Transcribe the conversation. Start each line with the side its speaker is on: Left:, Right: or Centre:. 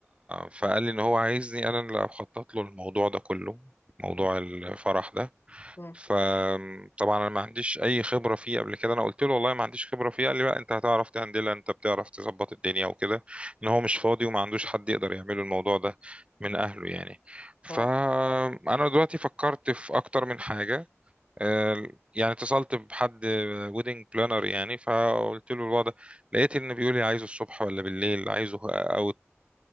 Right: فقال لي ان هو عايزني انا اللي اخطط له الموضوع ده كله موضوع الفرح ده
Left: م- م.
Right: فطبعا انا ما عنديش اي خبره فيه قبل كده انا قلت له والله ما عنديش خبره فيه قال لي لا انت هتعرف تهندلها انت بتعرف تظبط الدنيا وكده ان هو مش فاضي وما عندوش حد يقدر يعمله الموضوع ده من اهله يعني فانا
Left: اه
Right: دلوقتي فكرت في اكتر من حاجه آه، يعني اتصلت بحد ويدنج بلانر يعني فقلت له الوضع لقيت ان بيقول لي عايزه الصبح ولا بالليل عايزه اوت